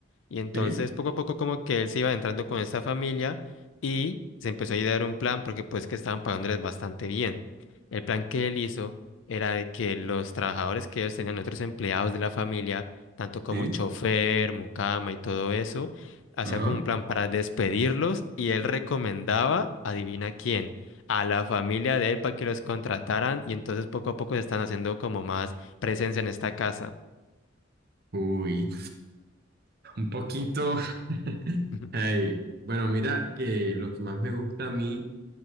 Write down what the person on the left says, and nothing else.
Y entonces
poco a poco como que él se iba entrando con esta familia y se empezó a idear un plan porque pues que estaban pagándoles bastante bien. El plan que él hizo era de que los trabajadores que ellos tenían, otros empleados de la familia, tanto como
chofer, mucama y todo eso, hacía
como un plan para despedirlos y él recomendaba, adivina quién, a la familia de él para que los contrataran y entonces poco a poco se están haciendo como más presencia en esta casa.
<laughs>